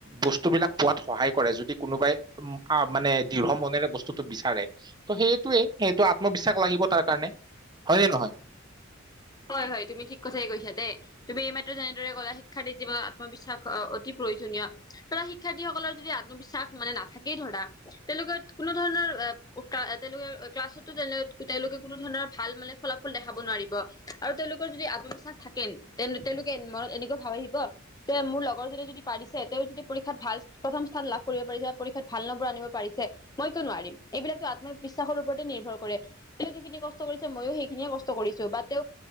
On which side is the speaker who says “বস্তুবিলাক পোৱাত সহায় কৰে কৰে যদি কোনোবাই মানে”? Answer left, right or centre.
Right